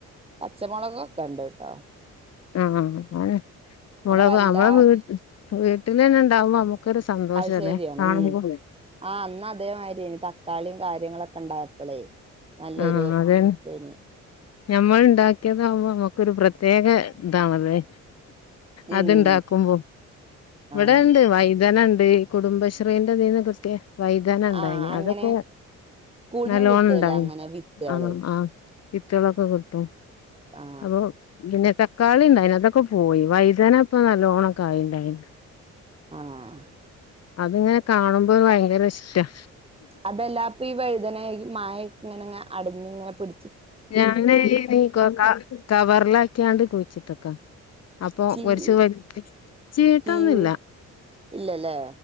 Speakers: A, on the right; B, on the left.
A: പച്ചമൊളകൊക്കെ ഇണ്ട്ട്ടൊ
B: ആഹ് അഹ്അങ്ങനെ മൊളക്
A: അങ്ങനെ വല്ലാതെ
B: നമ്മള വീട്ടിൽ തന്നെ ഇണ്ടാവുമ്പോ നമുക്കൊരു സന്തോഷല്ലേ
A: അത് ശരിയാണ്
B: കാണുമ്പോ
A: ഉം ആഹ് അന്ന് അതേമാതിരിയേനി തക്കാളിയും കാര്യങ്ങളൊക്കെ ണ്ടാ പ്പളേ നല്ലൊരു
B: ആഹ് അതന്നെ
A: ഇതേനി
B: ഞമ്മൾ ണ്ടാക്കിയതാവുമ്പോ നമ്മുക്കൊരു പ്രത്യേക ഇതാണല്ലേ അത്ണ്ടാക്കുമ്പോ
A: ഉം
B: ഇവിടെ
A: ആണ്
B: ണ്ട് വൈതന ണ്ട് കുടുംബശ്രീന്റെ ഇതീന്ന് കിട്ടിയേ വൈതന ണ്ടായിന്
A: ആ അങ്ങനെ
B: അതൊക്കെ
A: സ്കൂളിൽന്നും
B: നല്ലോണം
A: കിട്ടുവല്ലോ
B: ഇണ്ടായി
A: അങ്ങനെ വിത്തുകള്
B: ആഹ് ആഹ് വിത്തോളൊക്കെ കിട്ടും
A: ആ
B: അപ്പോ പിന്നെ ത കളി ണ്ടായിന് അതൊക്കെ പോയി വൈതാന ഇപ്പ നല്ലോണംക്കായി ഇണ്ടായിന്
A: ആഹ്
B: അതിങ്ങനെ കാണുമ്പോ ഭയങ്കര ഇഷ്ട
A: അതെല്ലാപ്പ ഈ വഴുതന ങ്ങനെ മായെ ഇങ്ങനങ്ങെ അടിഞ്ഞിങ്ങെ പി
B: ഞാൻ നീ ക കവറിലാക്കിയാണ്ട് കുഴിച്ചിട്ടക്ക അപ്പൊ
A: ചീയു
B: കുരച്ച് വലതു ചീഞ്ഞ്ട്ടൊന്നുല്ല
A: ചീയു ഇല്ലല്ലേ